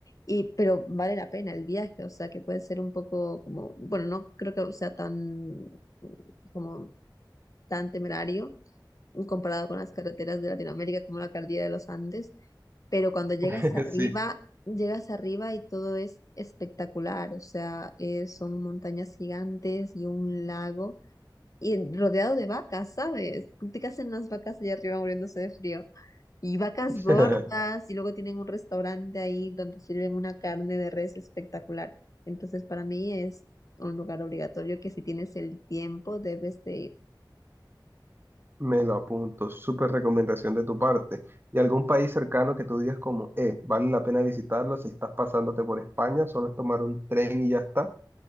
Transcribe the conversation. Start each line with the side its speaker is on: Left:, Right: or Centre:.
Left: y pero vale la pena el viaje, o sea, que puede ser un poco como, bueno, no creo que sea tan como tan temerario comparado con las carreteras de Latinoamérica como la cordillera de los Andes pero cuando llegas
Right: <laughs>
Left: arriba,
Right: Sí.
Left: llegas arriba y todo es espectacular, o sea, eh, son montañas gigantes y un lago y rodeado de vacas, ¿sabes? ¿Qué hacen las vacas allá arriba muriéndose de frío? Y vacas
Right: <laughs>
Left: gordas y luego tienen un restaurante ahí donde sirven una carne de res espectacular. Entonces, para mí es un lugar obligatorio que si tienes el tiempo debes de ir.
Right: Me lo apunto. Súper recomendación de tu parte. ¿Y algún país cercano que tú digas como, eh, vale la pena visitarlo si estás pasándote por España? Solo es tomar un tren y ya está.